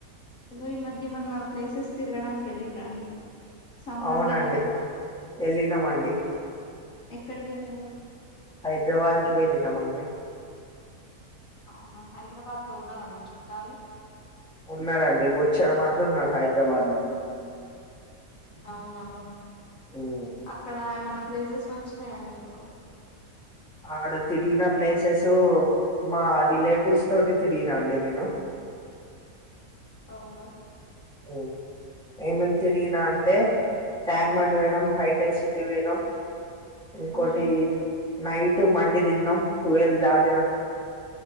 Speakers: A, on the left; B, in the centre.
A: సలో ఈ మధ్య ఏమన్నా ప్లేసెస్ తిరగడానికి వెళ్ళిన్రా అండి? సమ్మర్
B: అవునండి
A: కదా
B: వెళ్ళినమండి
A: ఎక్కడికి వెళ్ళిండ్రు?
B: హైద్రాబాద్కి వెళ్ళినమండి
A: అవునా హైదరాబాద్ లో ఉన్నారా మీకు చుట్టాలు
B: ఉన్నారండి బొచ్చెడు మంది ఉన్నారు హైద్రాబాద్ లో
A: అవునా
B: ఉమ్
A: అక్కడ ఏమన్నా ప్లేసెస్ నచ్చినాయండి మీక్ కు
B: ఆడు తిరిగిన ప్లేసెసు మా రిలేటివ్స్ తోటి తిరిగినా అండి నేను
A: అవునా?
B: ఊ ఏమేం తిరిగినా అంటే ట్యాంక్ మండ్ పొయినం హైటెక్ సిటీ పొయినం ఇంకోటి
A: ఉమ్
B: నైట్ మండీ దిన్నాం టువల్దాట్